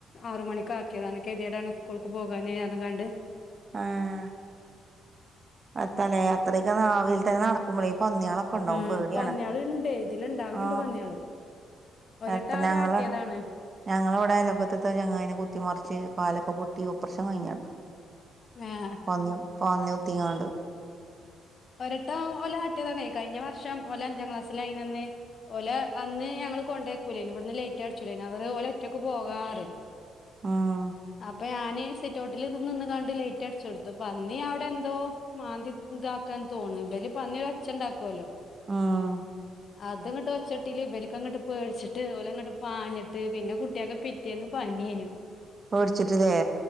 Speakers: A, on the left; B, on the right.
A: ആറ മണിക്ക് ആക്കിയതാണ് കെതിയടാണ് സ്കൂൾക്ക് പോകാന അണ്ട്
B: ആഹ് അത്തല്ലേ അത്രയൊക്കെ നാവിൽ തന്നെ നടക്കുമ്പോളേ പന്നികളൊക്കെ ഉണ്ടാവും
A: ഉം
B: പേടിയാണ്
A: പന്നിയാള് ഇണ്ട് ഇതില് ഇണ്ടാവലുണ്ട്
B: ആ
A: പന്നിയാള് ഒരട്ട
B: എത്രനങ്ങള്
A: ഓലെ ആട്ടിയതാണ്
B: ഞങ്ങളെ ഇവിടെലോക്കത്ത ചങ്ങയിനെ കുത്തിമറിച്ച് കാലൊക്കെ പൊട്ടി ട്ടീ ഒപ്രശൻ കഴിഞ്ഞടുക്ക
A: ഏഹ്
B: പന്നി പന്നി കുത്തിങ്ങാണ്ട്
A: ഒരട്ടം ഒലാട്ടി താണേ കഴിഞ്ഞ വർഷം ഓല അഞ്ചാക്ലാസ്സിൽ അയിനന്ന് ഓല അന്ന് ഞങ്ങള് കൊണ്ടാകുലെന്നു ഇവിടുന്ന് ലേറ്റ് ആയടിച്ചുടെന്നു അവർ ഓല ക്ക് പോകാർ
B: ഉം
A: അപ്പോ ഞാന് സിറ്റ്ഔട്ട്‌ല് നിന്നിങ്ങാണ്ട് ലൈറ്റ് മുറ്റം അടിച്ചു കൊടുത്തു, പന്നീ അവിടെ എന്തോ മാന്തി ഇതാക്കി. ക്ക് തോന്നുണ്ട് ഒരു പന്നി ഒച്ച ഉണ്ടക്കുലോ.
B: ആഹ്
A: അത് ഇങ്ങോട്ട് ഒച്ചട്ടില് ഇവലക്കങ്ങട്ട് പേടിച്ചിട്ട് ഓലങ്ങോട്ട് പാഞ്ഞിട്ട് പിന്നെ കുട്ട കുട്ടിയൊക്കെ പിറ്റേന്ന് പനിയാണ്.
B: ഓടിച്ചിട്ടില്ലേ